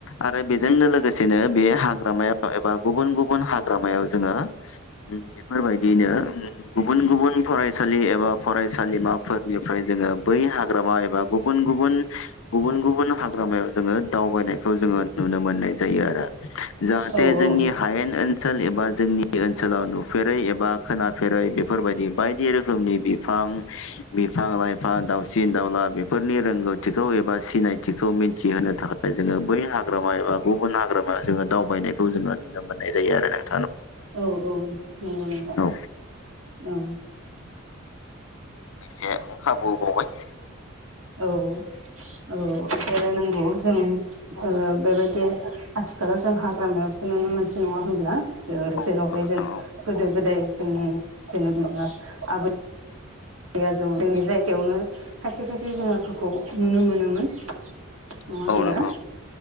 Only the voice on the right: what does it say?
औ
औ
औ औ नंगौ नोंथां
औ।
औ औ ओ बेरायनांगौ जों ओ बेबायदि आथिखालाव जों हाग्रामायावसो नुनो मोनसै नङा होमब्ला? जो
जेरावहाय
जों
गोदो गोदाय जोंनि जेनेबा आबै आबै आजौ जोंनि जायगायावनो खायसे खायसे जुनारफोरखौ नुनो मोनोमोन। नङा
होनब्ला